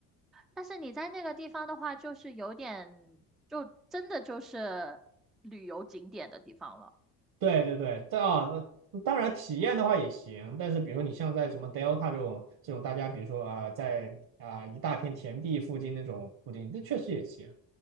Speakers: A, in the centre; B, on the right.
A: 但是你在那个地方的话，就是有点，就真的就是旅游景点的地方了。
B: 对对对，但啊，呃当然体验的话也行，但是比如说你像在什么 Delta 这种这种大家，比如说啊、在啊、一大片田地附近那种附近，那确实也行。